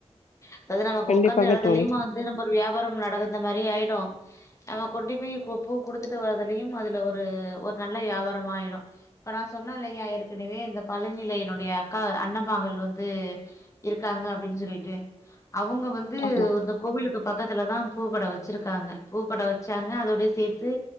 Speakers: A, on the left (about 25°); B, on the left (about 85°).
A: அதாவ்து நமக்கு
B: கண்டிப்பாக
A: உக்காந்த எடத்துலுயு
B: தோழி
A: வந்து நம்ம வியாபாரோம் நடந்த மாரி ஆய்டு நம்ம கொண்டு போய் கு பூ குடுத்துட்டு வரலியும் அதுல ஒரு ஒரு நல்ல வியாபாரம் ஆய்டு இப்ப நா சொன்ன இல்லையா ஏற்கனவே இந்த பழனில என்னுடைய அக்கா அண்ண மகள் வந்து இருக்காங்க அப்டின் சொல்லிட்டு அவுங்க வந்து
B: ஆமா
A: இந்த கோவிலுக்கு பக்கத்துலதா பூக்கட வச்சிருக்காங்க பூக்கட வச்சாங்க அதோட சேத்து